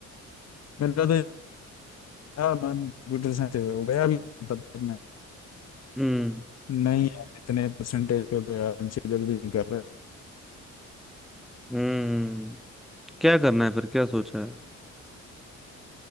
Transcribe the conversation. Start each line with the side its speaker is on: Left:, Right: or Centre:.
Left: मेरा तो था मन कंप्यूटर साइंस से हो गया अभी तब तक नहीं
Centre: हम्म
Left: नहीं है इतने परसेंटेज पे तो यार कंसिडर भी नहीं कर रहे
Centre: हम्म क्या करना है फिर क्या सोचा है